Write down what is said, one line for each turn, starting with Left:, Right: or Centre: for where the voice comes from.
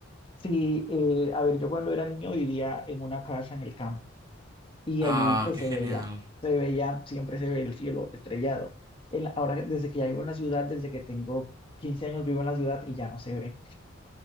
Left: sí. eh, a ver, yo cuando era niño vivía en una casa en el campo. y
Right: Ah,
Left: allí pues
Right: qué
Left: se
Right: genial.
Left: veía, se veía, siempre se ve el cielo estrellado. El- ahora, desde que ya vivo en la ciudad, desde que tengo 15 años vivo en la ciudad y ya no se ve